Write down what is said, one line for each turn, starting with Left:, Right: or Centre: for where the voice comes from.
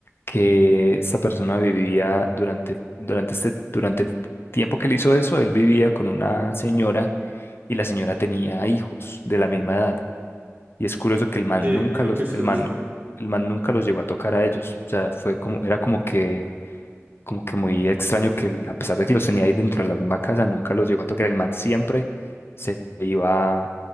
Left: que esta persona vivía durante, durante este, durante el tiempo que él hizo eso, él vivía con una señora y la señora tenía hijos de la misma edad. Y es curioso que el man
Right: Sí,
Left: nunca
Right: creo
Left: los,
Right: que sí
Left: el
Right: lo
Left: man,
Right: dijeron.
Left: el man nunca los llegó a tocar a ellos. O sea, fue como, era como que, como que muy extraño que él, a pesar de que los tenía ahí dentro de la misma casa, nunca los llegó a tocar. El man siempre se iba